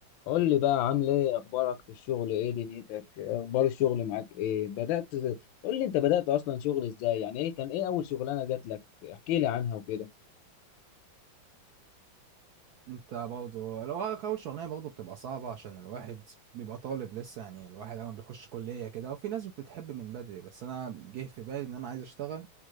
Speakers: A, on the left; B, on the right.
A: قول لي بقى عامل ايه اخبارك في الشغل ايه دنيتك اخبار الشغل معاك ايه بدأت قول لي انت بدأت اصلا شغل ازاي يعني ايه كان ايه اول شغلانة جات لك احكي لي عنها وكده
B: انت برضه لو اول شغلانه برضه بتبقى صعبه عشان الواحد بيبقى طالب لسه يعني الواحد اول ما بيخش كليه كده وفي ناس بتحب من بدري بس انا جه في بالي ان انا عايز اشتغل